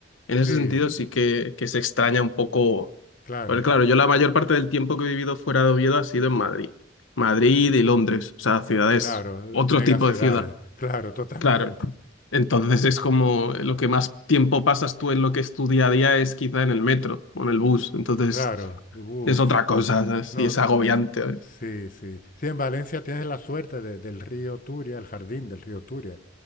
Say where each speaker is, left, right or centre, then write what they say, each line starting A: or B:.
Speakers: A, on the left (about 85°); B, on the left (about 45°).
A: En
B: Sí,
A: ese sentido sí que, que se extraña un poco.
B: claro,
A: Porque claro, yo la mayor parte del tiempo que he vivido fuera de Oviedo ha sido en Madrid. Madrid y Londres, o sea, ciudades,
B: claro,
A: otro
B: mega
A: tipo
B: ciudades,
A: de ciudad.
B: <laughs> claro, totalmente,
A: Claro. Entonces es como lo que más tiempo pasas tú en lo que es tu día a día es quizá en el metro o en el bus. Entonces
B: claro, uff,
A: es otra cosa, ¿sabes?
B: no,
A: Y es
B: no,
A: agobiante. ¿sabes?
B: sí, sí. Sí, en Valencia tienes la suerte de- del río Turia, el jardín del río Turia,